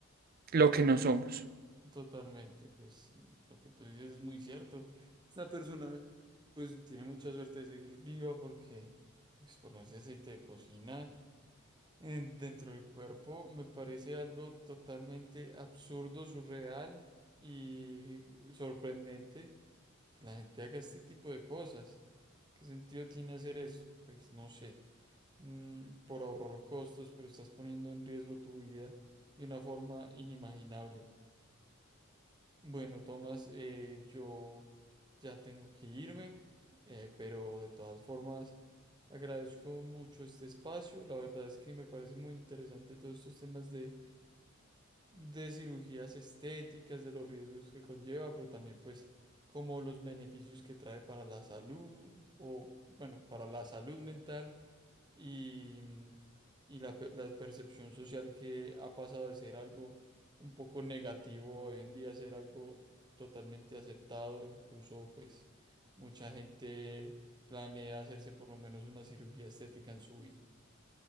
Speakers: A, on the right; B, on the right.
A: No,
B: lo que no
A: total,
B: somos.
A: totalmente. Pues sí, lo que tú dices es muy cierto. Esta persona, pues tiene mucha suerte de seguir viva porque, pues ponerse aceite de cocina eh, dentro del cuerpo me parece algo totalmente absurdo, surreal y sorprendente. que la gente haga este tipo de cosas. ¿Qué sentido tiene hacer esto? Pues no sé, Mm, por ahorrar costos, pero estás poniendo en riesgo tu vida de una forma inimaginable. Bueno, Tomás, eh, yo ya tengo que irme, eh, pero de todas formas agradezco mucho este espacio. La verdad es que me parece muy interesante todos estos temas de de cirugías estéticas, de los riesgos que conlleva, pero también pues como los beneficios que trae para la salud o bueno, para la salud mental y, y la, per- la percepción social que ha pasado de ser algo un poco negativo hoy en día a ser algo totalmente aceptado, incluso pues mucha gente planea hacerse por lo menos una cirugía estética en su vida.